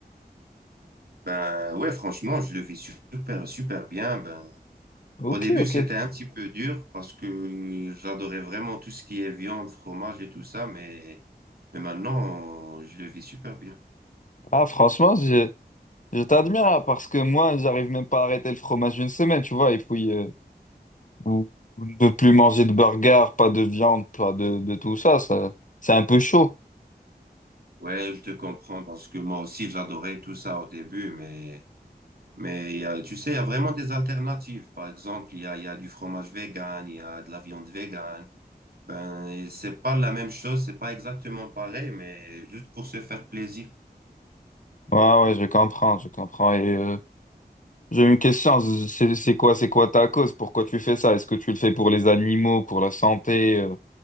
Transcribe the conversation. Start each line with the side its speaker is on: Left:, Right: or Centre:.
Right: Ben, ouais, franchement, je le vis su- super, super bien. Ben,
Left: Ok,
Right: au début,
Left: ok.
Right: c'était un petit peu dur parce que j'adorais vraiment tout ce qui est viande, fromage et tout ça, mais, mais maintenant, je le vis super bien.
Left: Ah, franchement, j'ai- Je t'admire hein, parce que moi, j'arrive même pas à arrêter le fromage une semaine, tu vois, et puis euh, ou- ou ne plus manger de burger, pas de viande, pas de, de tout ça, ça, c'est un peu chaud.
Right: Ouais, je te comprends parce que moi aussi j'adorais tout ça au début, mais mais il y a, tu sais, il y a vraiment des alternatives. Par exemple, il y a, il y a du fromage vegan, il y a de la viande vegan. Ben, et c'est pas la même chose, c'est pas exactement pareil, mais juste pour se faire plaisir.
Left: Ouais, ouais, je comprends, je comprends. Et euh, j'ai une question, c'est c'est quoi, c'est quoi ta cause? Pourquoi tu fais ça? Est-ce que tu le fais pour les animaux, pour la santé, euh,